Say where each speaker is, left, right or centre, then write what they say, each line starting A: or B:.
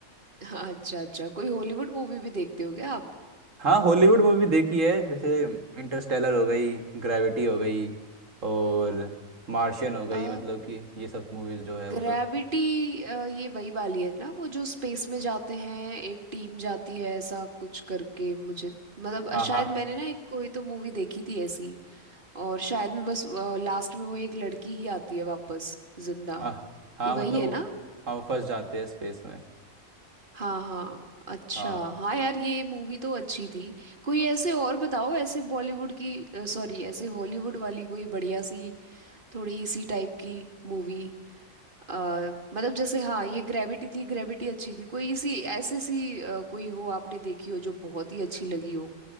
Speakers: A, on the right (about 40°); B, on the right (about 65°).
A: हाँ अच्छा अच्छा कोई हॉलीवुड मूवी भी देखते हो क्या आप
B: हाँ हॉलीवुड मूवी देखी है जैसे इंटरस्टेलर हो गई ग्रेविटी हो गई और मार्शियन हो गई
A: आ,
B: मतलब कि ये सब मूवीज जो है
A: ग्रेविटी
B: वो सब
A: ये वही वाली है ना वो जो स्पेस में जाते हैं एक टीम जाती है ऐसा कुछ करके मुझे मतलब अ,
B: हाँ
A: शायद
B: हाँ
A: मैंने ना एक कोई तो मूवी देखी थी ऐसी और शायद में बस लास्ट में वो एक लड़की ही आती है वापस जिंदा
B: हाँ हाँ
A: ये वही
B: मतलब वो
A: है ना
B: हम फंस जाते हैं स्पेस में
A: हाँ हाँ अच्छा
B: हाँ
A: हाँ यार ये मूवी तो अच्छी थी कोई ऐसे और बताओ ऐसे बॉलीवुड की सॉरी ऐसे हॉलीवुड वाली कोई बढ़िया सी थोड़ी इसी टाइप की मूवी आ, मतलब जैसे हाँ ये ग्रेविटी थी ग्रेविटी अच्छी थी कोई इसी ऐसे सी अ, कोई हो आपने देखी हो जो बहुत ही अच्छी लगी हो